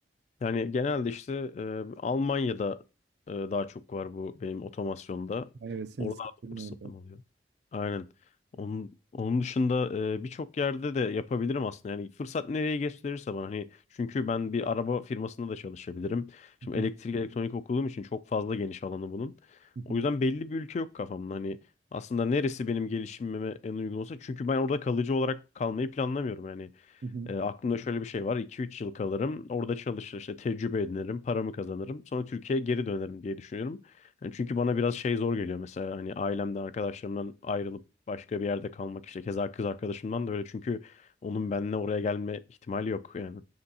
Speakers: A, on the left; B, on the right.
A: Yani genelde işte e, Almanya'da e, daha çok var bu benim otomasyonda.
B: Ha, Evet, senin
A: Oralarda
B: sektörün
A: fırsatım
B: orada.
A: oluyor. Aynen. Onun, onun dışında e, birçok yerde de yapabilirim aslında. Yani fırsat nereye gösterirse bana hani çünkü ben bir araba firmasında da çalışabilirim. Şimdi
B: Hı hı,
A: elektrik elektronik okuduğum için çok fazla geniş alanı bunun.
B: hı hı,
A: O yüzden belli bir ülke yok kafamda. Hani aslında neresi benim gelişimime en uygun olsa çünkü ben orada kalıcı olarak kalmayı planlamıyorum yani.
B: hı hı.
A: E, aklımda şöyle bir şey var. 2-3 yıl kalırım. Orada çalışır, işte tecrübe edinirim, paramı kazanırım. Sonra Türkiye'ye geri dönerim diye düşünüyorum. Yani çünkü bana biraz şey zor geliyor mesela hani ailemden, arkadaşlarımdan ayrılıp başka bir yerde kalmak işte keza kız arkadaşımdan da öyle çünkü onun benimle oraya gelme ihtimali yok yani.